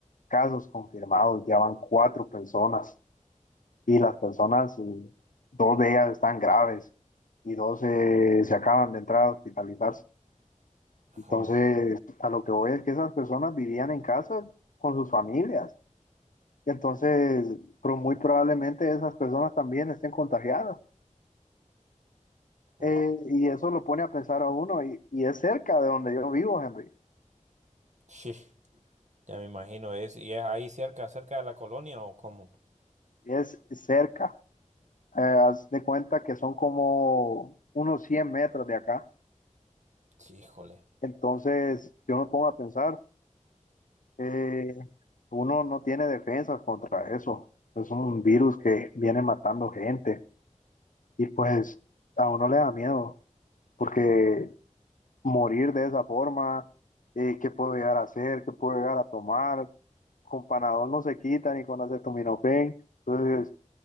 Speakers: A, on the left; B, on the right.
A: casos confirmados, ya van cuatro personas y las personas, eh, dos de ellas están graves y dos eh, se acaban de entrar a hospitalizarse.
B: Uf,
A: Entonces, a lo que voy es que esas personas vivían en casa con sus familias. Entonces, pro- muy probablemente esas personas también estén contagiadas.
B: wow.
A: Eh, y eso lo pone a pensar a uno. Y, y es cerca de donde yo vivo, Henry.
B: Sí, ya me imagino. Es, ¿y es ahí cerca, cerca de la colonia o cómo?
A: Es cerca. Eh, haz de cuenta que son como unos 100 metros de acá.
B: Sí, Híjole.
A: Entonces, yo me pongo a pensar, eh, uno no tiene defensas contra eso. Es un virus que viene matando gente y pues a uno le da miedo porque morir de esa forma, eh, ¿qué puedo llegar a hacer? ¿Qué puedo llegar a tomar? Con Panadol no se quita ni con acetaminofén. Entonces,